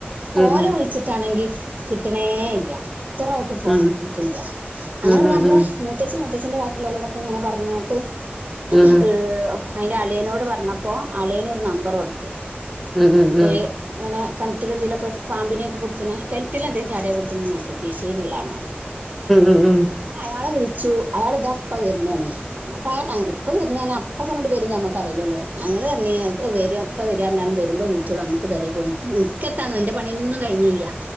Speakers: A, on the right; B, in the centre.
A: പോലെ
B: ഉം
A: വിളിച്ചിട്ടാണെങ്കി കിട്ടണേ ഇല്ല ത്രറായിട്ടും ഫോണെട്
B: ഉം
A: ക്ക്ണ്ല്ല അങ്ങനെ
B: ഉം
A: പിന്നമ്മളെ
B: ഉം ഉം
A: മൂത്തച്ചി മൂത്തച്ചിൻ്റെ ബാക്കിള്ളോലോടൊക്കെങ്ങനെ പറഞ്ഞിയാട്ട്
B: ഉം
A: ഏ അയിന്റെ അളിയനോട് പറഞ്ഞപ്പോ അളിയനൊരു നമ്പറൊട്ത്ത്
B: ഉം ഉം ഉം ഉം
A: ഒയ് ങ്ങനെ കെൻറ്റില് തിലൊക്കെ പാമ്പിനൊക്കെ പുട്ച്ണെ കെൻറ്റിലെന്തേം ചാടിയ പുട്ച്ച്ണെ മൻഷൻ കീശ്ശേരിള്ളാണ്ണ
B: ഉം ഉം ഉം ഉം ഉം ഉം
A: ങ്ങനയാള വ്ൾ ച്ചു അയാള്താപ്പ വരുന്നാനേ അപ്പൊ അയാ ഇപ്പ വരുന്ന അപ്പ തന്നോട്ട് വരുന്ന നമ്മുക്ക അറിയില്ലല്ലോ ഞങ്ങളർഞ്ഞ് ഇപ്പ വര പ്പ വരാർഞ്ഞാലും വരുമ്പൊ വ്ൾ ച്ചോളും മ്മക്ക് പെരേ പോയ് നിക്ക ൻക്കത്താന്നൊ ന്റെ പണിയൊന്നും കഴിഞ്ഞീല്ല